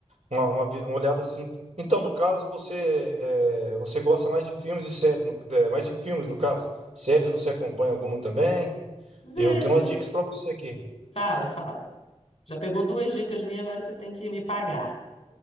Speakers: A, on the right (about 65°); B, on the left (about 55°).
A: uma, uma vi- uma olhada assim. Então, no caso, você, é, você gosta mais de filmes e séries, no- é, mais de filmes, no caso. Séries você acompanha alguma também?
B: Vejo.
A: Eu tenho umas dicas para você aqui.
B: Fala, fala. Já pegou duas dicas minhas, agora você tem que me pagar.